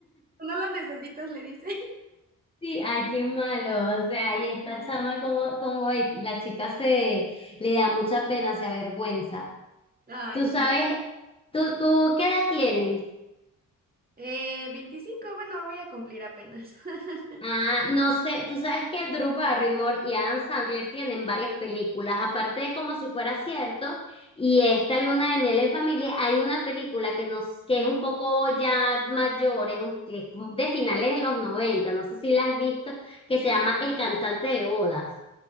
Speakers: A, on the right; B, on the left.
A: No la necesitas, le dice.
B: Sí, ay, qué malo. O sea, y
A: Ay,
B: esta chama como, como es, la chica se le da mucha pena, se avergüenza.
A: <laughs> Ay,
B: Tú sabes,
A: sí.
B: tú, tú, ¿qué edad tienes?
A: Eh, 25 bueno, voy a cumplir apenas. <laughs>
B: Ah, no sé, tú sabes que Drew Barrymore y Adam Sandler tienen varias películas, aparte de Como si fuera cierto, y esta Luna de miel en familia, hay una película que nos, que es un poco ya mayor, es, un- es de finales de los 90. no sé si la has visto, que se llama El cantante de bodas.